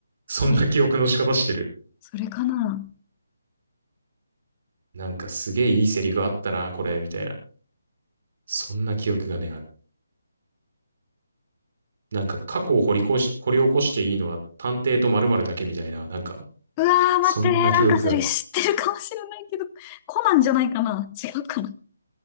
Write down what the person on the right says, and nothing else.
そんな記憶の仕方してる。
なんかすげえいいセリフあったな、これ、みたいな。そんな記憶がね、ある。なんか過去を掘りこし、掘り起こしていいのは探偵と〇〇だけみたいな。なんか、
そんな記憶が。